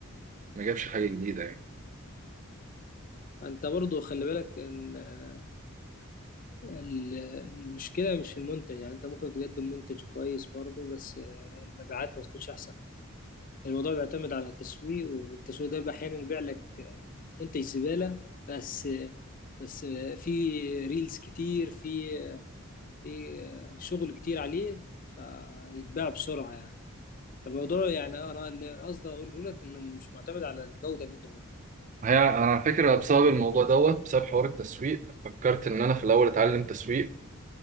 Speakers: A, on the right; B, on the left.
A: ما جابش حاجة جديدة يعني
B: انت برضو خلي بالك ان آه، ال- المشكلة مش في المنتج يعني انت ممكن تقدم منتج كويس برضو بس آه، المبيعات ما تكونش احسن حاجة الموضوع بيعتمد على التسويق والتسويق ده احيانا يبيع لك آه، منتج زبالة بس آه، بس آه، في ريلز كتير في آه، في آه، شغل كتير عليه فيتباع بسرعة يعني فالموضوع يعني انا اللي قصدي اقوله لك انه مش معتمد على الجودة اللي انت بتقدمها
A: هي انا على فكره بسبب الموضوع دوت بسبب حوار التسويق فكرت ان انا في الاول اتعلم تسويق